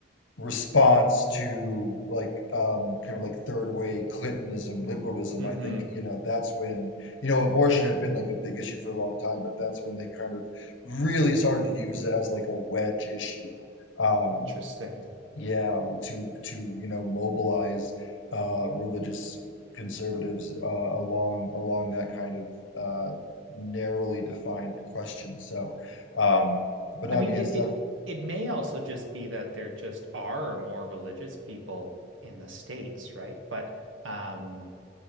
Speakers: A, on the left (about 80°); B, on the right (about 85°).
A: response to like um kind of like third way clintonism liberalism
B: hmm
A: i think you know that's when you know abortion had been like a big issue for a long time but that's when they kind of really started to use it as like a wedge issue um
B: Interesting.
A: yeah to to you know mobilize uh religious conservatives uh along along that kind of uh narrowly defined question so um but
B: I
A: no,
B: mean,
A: I mean
B: it
A: it's def
B: it it may also just be that there just are more religious people in the States, right? But um